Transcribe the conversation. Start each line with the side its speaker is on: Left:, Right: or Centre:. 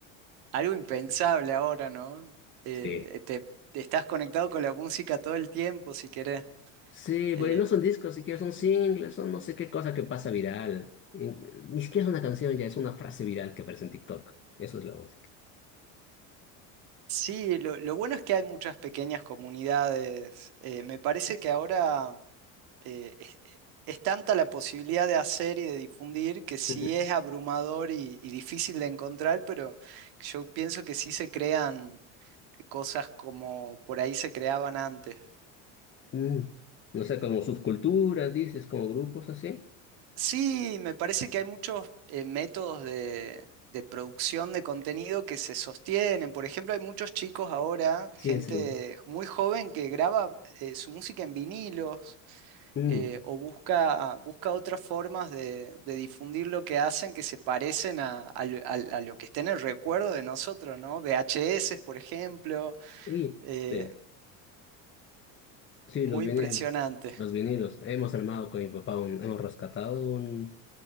Right: Algo impensable ahora, ¿no? Eh,
Left: Sí.
Right: te, te estás conectado con la música todo el tiempo, si querés.
Left: Sí,
Right: Eh,
Left: pues no son discos siquiera, son singles, son no sé qué cosa que pasa viral. En- Ni siquiera es una canción ya, es una frase viral que aparece en TikTok. Eso es la música.
Right: sí, lo, lo bueno es que hay muchas pequeñas comunidades. Eh, me parece que ahora eh, es, es tanta la posibilidad de hacer y de difundir que sí
Left: Ujú.
Right: es abrumador y, y difícil de encontrar, pero yo pienso que sí se crean cosas como por ahí se creaban antes.
Left: Mm. No sé, como subculturas, dices, como grupos así.
Right: Sí, me parece que hay muchos eh, métodos de, de producción de contenido que se sostienen. Por ejemplo, hay muchos chicos ahora,
Left: Sí,
Right: gente
Left: es un...
Right: muy joven que graba eh, su música en vinilos.
Left: Mm.
Right: eh, o busca, busca otras formas de, de difundir lo que hacen que se parecen a, a lo al- a lo que está en el recuerdo de nosotros, ¿no? VHS, por ejemplo,
Left: Y-
Right: eh,
Left: Sí. Sí,
Right: muy
Left: los vinilos.
Right: impresionante.
Left: Los vinilos. Hemos armado con mi papá un, hemos rescatado un,